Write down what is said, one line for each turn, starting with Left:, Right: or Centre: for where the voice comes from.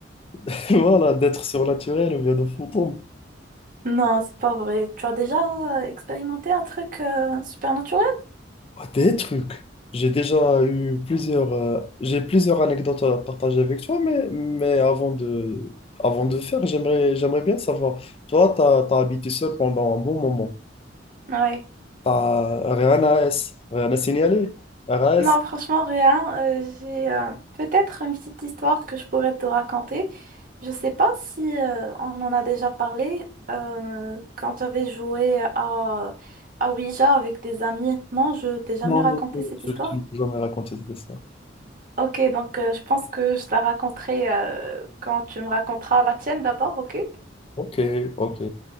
Left: <laughs> voilà, d'êtres surnaturels ou bien de fantômes.
Right: Non, c'est pas vrai. Tu as déjà euh, expérimenté un truc euh, supernaturel?
Left: Ah, des trucs. J'ai déjà eu plusieurs, euh, j'ai plusieurs anecdotes à partager avec toi, mais, mais avant de, avant de faire, j'aimerais, j'aimerais bien savoir. Toi, t'as, t'as habité seul pendant un bon moment.
Right: Ouais.
Left: Ah, Rehan AS. Rehan a signalé. RAS.
Right: Non, franchement, rien. Euh, j'ai euh, peut-être une petite histoire que je pourrais te raconter. Je sais pas si euh, on en a déjà parlé euh, quand j'avais joué à, à Ouija avec des amis. Non, je t'ai jamais
Left: Non,
Right: raconté
Left: non, non,
Right: cette histoire?
Left: tu peux jamais raconter cette histoire.
Right: Ok, donc euh, je pense que je te la raconterai euh, quand tu me raconteras la tienne d'abord, ok?
Left: Ok, ok.